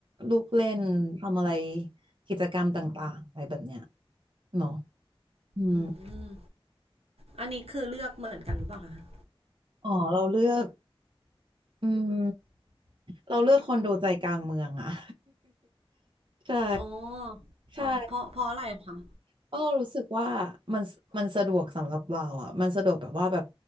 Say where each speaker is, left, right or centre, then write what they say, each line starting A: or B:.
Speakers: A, on the right; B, on the right.
A: ลูกเล่นทำอะไรกิจกรรมต่างๆอะไรแบบเนี้ยเนาะอืม
B: อืมอันนี้คือเลือกเหมือนกันหรือเปล่าคะ
A: อ๋อเราเลือก อืมเราเลือกคอนโดใจกลางเมืองอ่ะ <laughs> ใช่
B: อ๋อ
A: ใช่
B: อ๋อเพราะเพราะอะไรคะ
A: เพราะเรารู้สึกว่ามันมันสะดวกสำหรับเราอ่ะมันสะดวกแบบว่าแบบ